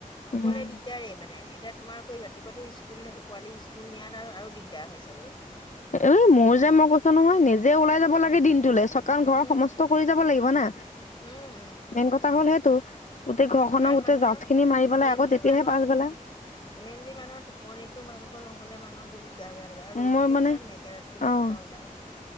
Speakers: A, on the left (about 35°); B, on the left (about 60°).
A: অকলে
B: উম
A: দিগদাৰে মানে এতিয়া তোমাৰকৈ ৰাতিপুৱাটো স্কুল থাকে পোৱালি স্ক- পুল নিয়াত আৰু দিগদাৰ হয় চাগৈ।
B: এ মোৰ
A: হয়নে
B: যে
A: ন
B: মই কৈছো নহয় নিজে ওলাই যাব লাগে দিনটোলৈ চ কাম ঘৰ
A: উম
B: সমস্ত কৰি যাব লাগিব না।
A: উম।
B: মেইন কথা হ'ল সেইটো গোটেই ঘৰখনক
A: আৰু
B: গোটেই
A: মানুহৰ
B: জাছ খিনি মাৰি পেলাই
A: মেইনলি
B: আকৌ তেতিয়াহে
A: মানুহৰ
B: পাছবেলা
A: মেইনলি মানুহ টোপনিটো ভালকৈ নহলে মানুহৰ বহুত গা বেয়া গে আৰু ৰ'দতো
B: মই
A: ফ্লি
B: মানে
A: ৰিখিছা নাই কেৰাতোত
B: অ
A: কেনেকুৱা ওলাই